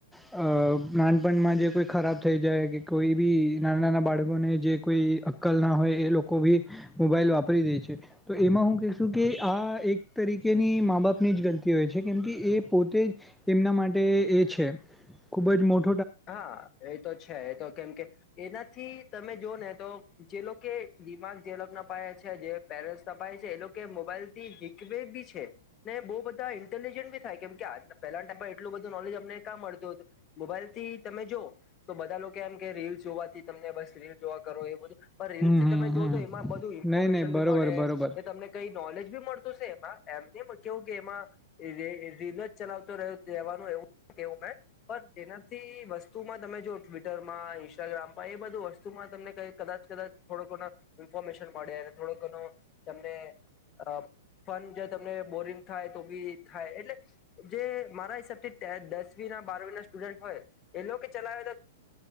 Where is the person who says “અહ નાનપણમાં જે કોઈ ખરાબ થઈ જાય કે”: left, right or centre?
Centre